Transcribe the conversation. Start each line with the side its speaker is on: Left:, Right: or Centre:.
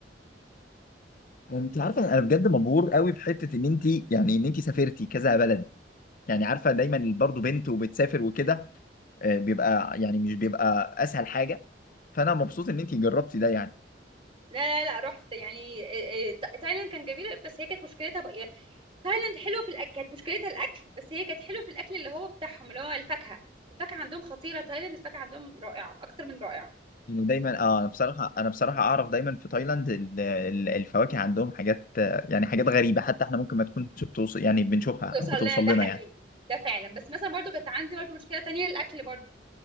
Left: انت عارفه انا بجد مبهور قوي بحته ان انت يعني ان انت سافرتي كذا بلد يعني عارفه دايما برضه بنت وبتسافر وكده آه، بيبقى يعني مش بيبقى اسهل حاجه فانا مبسوط ان انت جربتي ده يعني
Right: لا لا لا رحت يعني آه، آه، تا- تايلاند كان جميل بس هي كانت مشكلتها بقى يعني تايلاند حلو في الاكل كانت مشكلتها الاكل بس هي كانت حلو في الاكل اللي هو بتاعهم اللي هو الفاكهه الفاكهه عندهم خطيره تايلاند الفاكهه عندهم رائعه اكتر من رائعه
Left: يعني دايما اه انا بصراحه انا بصراحه اعرف دايما في تايلاند ال- ال- الفواكه عندهم حاجات آه، يعني حاجات غريبه حتى احنا ممكن ما تكونش بتوصل يعني بنشوفها
Right: بتوصل
Left: او بتوصل
Right: لنا ده
Left: لنا
Right: حقيقي
Left: يعني
Right: ده فعلا بس مثلا برضو كانت عندي برضو مشكله تانية الاكل برضو